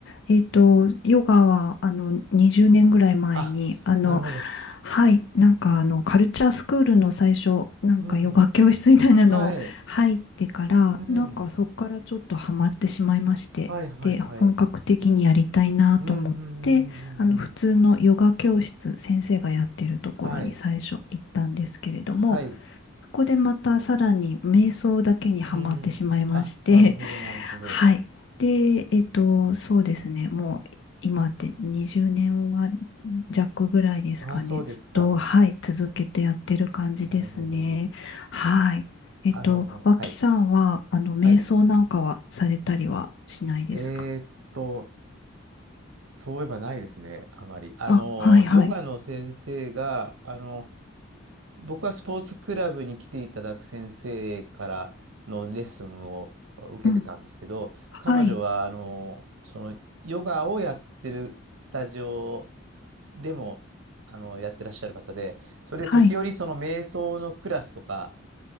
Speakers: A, on the left; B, on the right.
A: えっと、ヨガは、あの、20年ぐらい前に、
B: あ、
A: あの、
B: なるほど。
A: はい。なんか、あの、カルチャースクールの最初、なんか、
B: うん。
A: ヨガ教室みたいなの入ってから、
B: はい。うん。
A: なんか、そこからちょっとハマってしまいまして、
B: はいはいはい。
A: で、本格的にやりたいなと思って、
B: うんうんうんうんうんうん。
A: あの、普通のヨガ教室、先生がやってるところに最初行ったんですけれども、
B: はい。はい。
A: そこでまたさらに瞑想だけにはまってしまいまして、
B: うん。あ、なるほど、
A: <laughs>
B: なるほど。
A: はい。で、えっと、そうですね、もう今で20年は弱ぐらいですかね、
B: あ、そうですか。
A: ずっと、はい、続けてやってる感じですね。
B: なるほど。
A: はい。えっと、
B: あの、
A: 脇さんは、
B: はい。
A: あの、瞑想なんかはされたりはしないですか
B: はい。えーっと、そういえばないですね、あまり。あの、
A: あ、はい、
B: ヨガの先生が、
A: はい。
B: あの、僕はスポーツクラブに来ていただく先生からのレッスンを受けてたんですけど、
A: うん、はい、
B: 彼女は、あの、その、ヨガをやってるスタジオでも、あの、やってらっしゃる方で、それで時折、
A: はい、
B: その、瞑想のクラスとか、